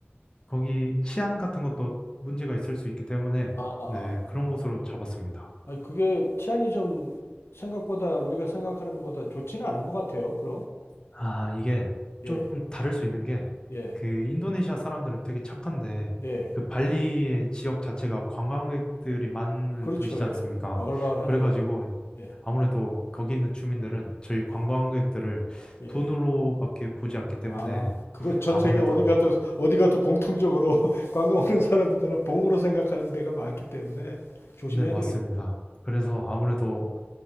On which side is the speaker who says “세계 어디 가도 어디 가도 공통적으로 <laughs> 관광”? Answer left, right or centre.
Left